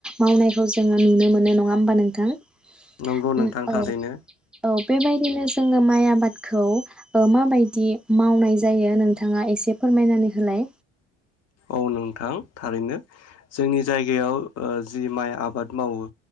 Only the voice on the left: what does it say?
नंगौ
नोंथां थारैनो
औ नोंथां थारैनो। जोंनि जायगायाव ओ जि माइ आबाद मावो